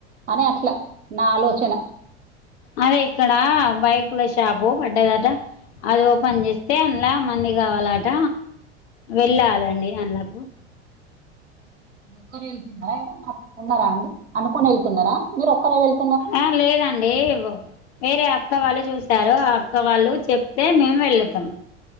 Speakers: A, on the right; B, on the left.
A: అని అట్లా నా ఆలోచన
B: అదే ఇక్కడ బైకులో షాప్ పడ్డేదాఅత్త అది ఓపెన్ చేస్తే అంలా మంది కావాలట వెళ్ళాలండి అంలాకు
A: ఒక్కరే వెతున్నారా ఉన్నారా అండి అనుకుని వెళ్తున్నారా మీరు ఒక్కరే వెతు
B: ఆ లేదండి ఆండి వేరే అక్క వాళ్ళు చూసారు ఆ అక్క వాళ్ళు చెప్తే మేము వెళతాం